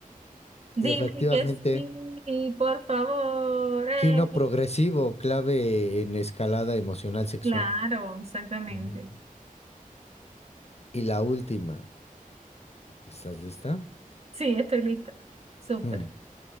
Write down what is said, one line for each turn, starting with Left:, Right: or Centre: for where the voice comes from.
Right: Dime
Left: Efectivamente.
Right: que sí, por favor. eh.
Left: Quino progresivo, clave en escalada emocional sexual.
Right: Claro, exactamente.
Left: ujú. Y la última. ¿Estás lista?
Right: Sí, estoy lista. Súper.
Left: Mm.